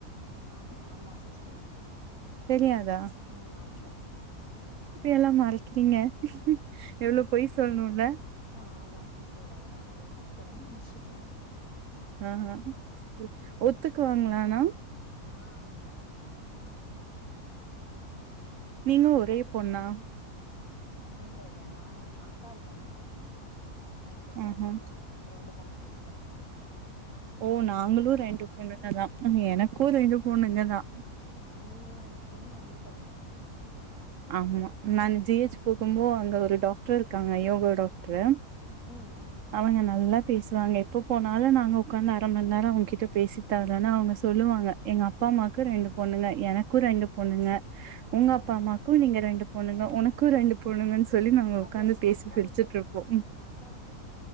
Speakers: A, on the left; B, on the right.
A: ஆமா ஆமா சிஸ்டர்
B: தெரியாதா
A: ம் ஆமா
B: எல்லா மறை க்கிறீங்க எவ்ளோ பொய் சொல்ணுல்ல
A: அ ஆமா சிஸ்டர் அதல்லா ஒரு கஷ்டமான விஷ்யந்தா
B: ஆ ஆ ம் ஒத்துக்குவாங்களா ஆனா
A: ஆ ஆமா <inaudible> ஒத்துப்பாங்க சிஸ்
B: நீங்க ஒரே பொண்ணா?
A: இல்ல இல்ல நானு அக்கா இருக்காங்க அதுக்கப்றோ
B: ஆஹா
A: நானு ரெண்டு பொண்ணுக சிஸ்டர்
B: ஓ நாங்களு ரெண்டு பொண்ணுகதா அண்ட் எனக்கு
A: ஓ
B: ரெண்டு பொண்ணுகதா
A: நீங்களு ரெண்டு பொண்ணு உங்ளுக்கு ரெண்டு பொண்ணா?
B: ஆமா நானு ஜி ஹெச் போகும்போ அங்க ஒரு டாக்டர் இருக்காங்க யோகோ டாக்ட்ரு
A: ம் ம்
B: அவங்க நல்லா பேசுவாங்க எப்ப போனாலு நாங்க உக்காந்து அர மண் நேரோ அவங்ககிட்ட பேசித்தாதான அவங்க சொல்லுவாங்க எங்க அப்பா அம்மாக்கு ரெண்டு பொண்ணுங்க எனக்கு ரெண்டு பொண்ணுங்க உங்க
A: ம்
B: அப்பா
A: ம்
B: அம்மாக் கு நீங்க ரெண்டு பொண்ணுங்க உனக்கு ரெண்டு பொண்ணுங்கன்னு சொல்லி நாங்க
A: அப்போ
B: உக்காந்து
A: உங்க
B: பேசி
A: அக்காவுக்கு
B: சிரிச்சுட்டு இருப்போ
A: உங்க அக்காவுக்கு